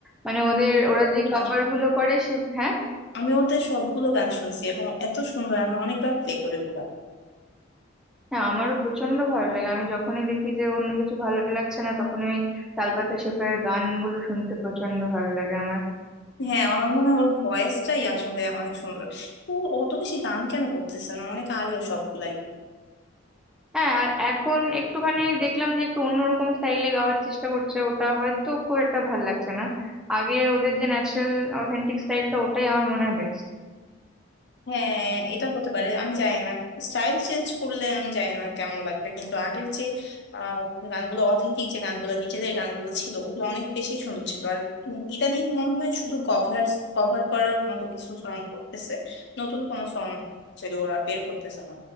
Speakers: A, in the centre; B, on the left.
A: মানে ওদের ওরা
B: আমি
A: যে কভার গুলো করে সে হ্যাঁ
B: আমি ওদের সবগুলো গান শুনছি এবং এত সুন্দর আমি অনেকবার প্লে করি ওগুলা
A: হ্যাঁ আমারও প্রচন্ড ভালো লাগে আমি যখনই দেখি যে অন্য কিছু ভালো লাগছে না তখন ওই তালপাতা সেপাইয়ের গানগুলো শুনতে প্রচন্ড ভালো লাগে আমার
B: হ্যাঁ আমার মনে হয় ওর ভয়েসটাই আসলে অনেক সুন্দর তো অত বেশি গান কেন করতেছে না অনেক আগে সবগুলাই
A: হ্যাঁ আর এখন একটুখানি দেখলাম যে একটু অন্যরকম স্টাইলে গাওয়ার চেষ্টা করছে ওটা হয়তো খুব একটা ভালো লাগছে না আগের ওদের যে ন্যাচারাল অথেন্টিক স্টাইলটা ওটাই আমার মনে হয় বেস্ট
B: হ্যাঁ এটা হতে পারে আমি জানি না স্টাইল চেঞ্জ করলে আমি জানি না কেমন লাগবে কিন্তু আগের যে আহ, গানগুলো অথেন্টিক যে গানগুলো নিজেদের গানগুলো ছিল ওগুলো অনেক বেশি সুন্দর ছিল আর ইদানিং মনে হয় শুধু কভার কভার করার মতো কিছু সং করতেছে নতুন কোনো সং ছিল ওরা বের করতেছে না